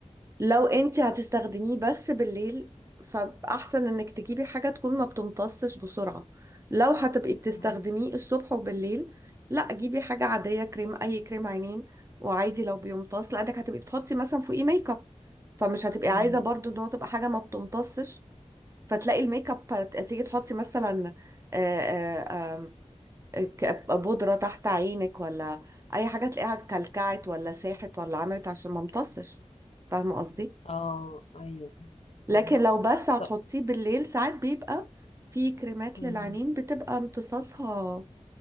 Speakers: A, on the right (about 25°); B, on the left (about 60°).
A: لو انت هتستخدميه بس بالليل فأحسن انك تجيبي حاجة تكون ما بتمتصش بسرعة لو هتبقي بتستخدميه
B: اه
A: الصبح وبالليل لا جيبي حاجة عادية كريم أي كريم عينين وعادي لو بيمتص لأنك هتبقي بتحطي مثلا فوقيه ميك اب فمش هتبقي
B: مم.
A: عايزة برضو ان هو تبقى حاجة ما بتمتصش فتلاقي الميك اب تيجي تحطي مثلا آه، آه، آه، ك- بودرة تحت عينك ولا أي حاجة تلاقيها كلكعت ولا ساحت ولا عملت عشان ما امتصش فاهمة قصدي؟
B: اه ايوه أيوة،
A: لكن
B: فهمت.
A: لو بس هتحطيه
B: طب
A: بالليل ساعات بيبقى في كريمات
B: مم.
A: للعينين بتبقى امتصاصها